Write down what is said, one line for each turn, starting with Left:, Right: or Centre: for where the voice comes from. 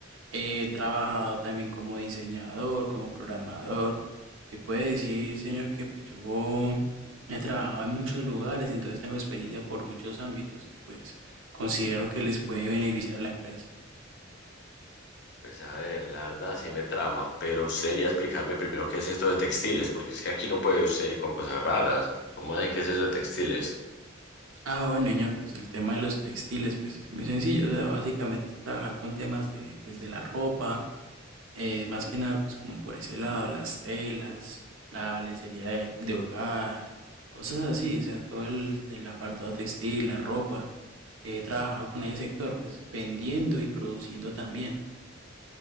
Right: he trabajado también como diseñador, como programador. Se puede decir, señor, que pues yo he trabajado en muchos lugares, entonces tengo experiencia por muchos ámbitos que pues considero que les puede beneficiar a la empresa.
Left: Pues a ver, la verdad sí me trama, pero sería explicarme primero qué es esto de textiles, porque es que aquí no puede usted ni con cosas raras. ¿Cómo así que es eso de textiles?
Right: Ah, bueno, señor, pues el tema de los textiles, pues es muy sencillo, o sea, básicamente es trabajar con temas de, pues, de la ropa, Eh, más que nada, pues como por ese lado, las telas, la lencería de, de hogar, cosas así, o sea, todo el, el apartado textil, la ropa. He trabajado con ese sector, pues vendiendo y produciendo también.